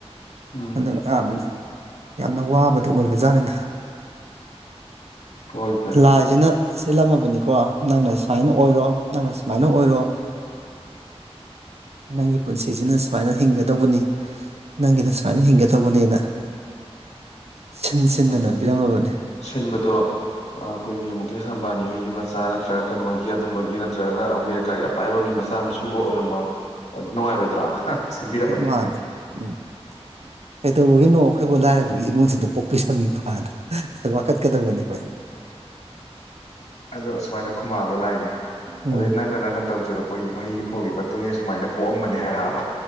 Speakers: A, on the left; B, on the right.
A: ꯎꯝ
B: ꯑꯗ ꯑ ꯌꯥꯝꯅ ꯋꯥꯕꯗ ꯑꯣꯏꯕꯖꯥꯠꯅꯤꯗ
A: ꯍꯣꯏ ꯐꯔꯦ
B: ꯂꯥꯏꯖꯤꯅ ꯁꯤꯜꯂꯝꯃꯕꯅꯤꯀꯣ ꯅꯪꯅ ꯁꯨꯃꯥꯏꯅ ꯑꯣꯏꯔꯣ ꯅꯪꯅ ꯁꯨꯃꯥꯏꯅ ꯑꯣꯏꯔꯣ ꯅꯪꯒꯤ ꯄꯨꯟꯁꯤꯁꯤꯅ ꯁꯨꯃꯥꯏꯅ ꯍꯤꯡꯒꯗꯧꯕꯅꯤ ꯅꯪꯒꯤꯅ ꯁꯨꯃꯥꯏꯅ ꯍꯤꯡꯒꯗꯧꯕꯅꯦꯅ ꯁꯤꯟ ꯁꯤꯟꯗꯅ
A: ꯑꯗꯨ
B: ꯄꯤꯔꯝꯃꯕꯅꯤ
A: ꯁꯤꯟꯕꯗꯣ ꯑꯩꯈꯣꯏꯒꯤ ꯃꯨꯀꯦ ꯁꯝꯕꯥꯅꯤ ꯍꯣꯏꯒꯤ ꯃꯆꯥ ꯅꯠꯇ꯭ꯔꯒ ꯀꯩꯅꯣꯒꯤ ꯑꯗꯨꯝꯕꯒꯤ ꯅꯠꯇ꯭ꯔꯒꯅꯔ ꯀꯥꯒꯤ ꯑꯄꯥꯏꯕꯒꯤ ꯃꯆꯥ ꯃꯁꯨꯒ ꯑꯣꯏꯔꯝꯕ ꯅꯨꯡꯉꯥꯏꯔꯣꯏꯗ꯭ꯔꯥ ꯁꯤꯟꯕꯤꯔꯝꯃꯗꯤ
B: ꯃꯥꯅꯦ ꯎꯝ ꯀꯗ ꯍꯒꯅꯣ ꯑꯩꯈꯣꯏꯕꯨ ꯂꯥꯏꯔꯕꯒꯤ ꯏꯃꯨꯡꯁꯤꯡꯗ ꯄꯣꯛꯄꯤꯔꯝꯃꯤꯕꯅ ꯋꯥꯀꯠꯀꯗꯧꯕꯅꯤꯈꯣꯏ
A: ꯑꯗꯣ ꯁꯨꯃꯥꯏꯅ ꯈꯨꯃꯥꯕ ꯂꯥꯏꯅꯦ
B: ꯎꯝ
A: ꯑꯗꯨꯗꯩ ꯅꯪꯅ ꯅꯪꯅ ꯇꯧꯖꯔꯛꯄ ꯑꯩꯈꯣꯏꯒꯤ ꯃꯍꯩꯒꯤ ꯐꯣꯒꯤ ꯃꯇꯨꯡ ꯏꯟꯅ ꯁꯨꯃꯥꯏꯅ ꯄꯣꯛꯑꯝꯕꯅꯦ ꯍꯥꯏꯔꯛꯑꯕ